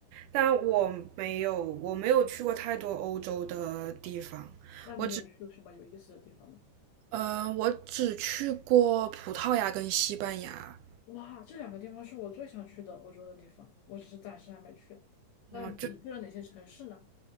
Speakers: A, on the right; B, on the left.
A: 但我没有，我没有去过太多欧洲的地方，
B: 那你有去什么有意思的地方吗？
A: 我只，呃，我只去过葡萄牙跟西班牙，
B: 哇，这两个地方是我最想去的欧洲的地方，我只是暂时还没去。那你去了哪些城市呢？
A: 嗯，就